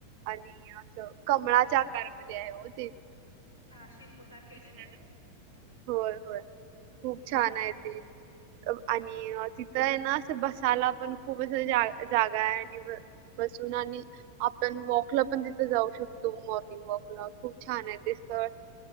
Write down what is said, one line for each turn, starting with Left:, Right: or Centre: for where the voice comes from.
Right: आणि अस कमळाच्या आकार मध्ये आहे ओ ते.
Left: हा शिल्पकार केलेत
Right: <unintelligible>
Left: काय
Right: होय होय. खूप
Left: हम्म
Right: छान आहे ते. आणि तिथं आहे ना, असं बसायला पण खूप असं जा जागा आहे. आणि <inaudible> बसुन आणि आपण वॉकला पण तिथं जाऊ शकतो. मॉर्निंग वॉकला खूप छान आहे ते. स्थळ.